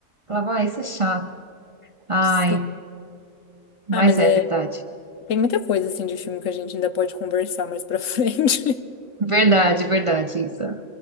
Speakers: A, on the right (about 35°); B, on the left (about 70°).
A: falava, ah, isso é chato. Ai,
B: Sim.
A: mas
B: Ah, mas
A: é
B: é,
A: verdade.
B: tem muita coisa assim de filme que a gente ainda pode conversar mais pra <laughs> frente.
A: Verdade, verdade, Isa.